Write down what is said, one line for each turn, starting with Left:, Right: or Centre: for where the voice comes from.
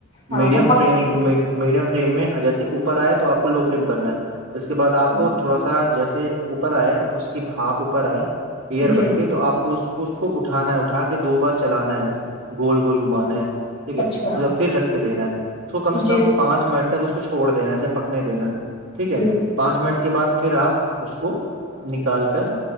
Left: ہاں
Right: میڈیم
Left: وہ پکتی
Right: فم میڈیم فریم میں جیے اوپر آئے تو آپ کو لو فریم کرنا ہے تو اس کے بعد آپ
Left: جی
Right: کو تھوڑا سا جیسے اوپر آئے اس پھاپ اوپر آئے ایئر
Left: جی
Right: بن کے تو آپ کو اس اس کو اٹھانا ہے اٹھا کے دو بار چلانا ہے اسسے گول گول گھمانے ہے ٹھیک ہے
Left: اچھا
Right: پھر رکھ کے دینا ہے اس کو کم سے
Left: جی
Right: کم پانچ منٹ تک اس کو چھوڑ دینا سے پکنے دینا ٹھیک ہے
Left: جی
Right: پانچ منٹ کے بعد پھر آپ اس کو نکال کر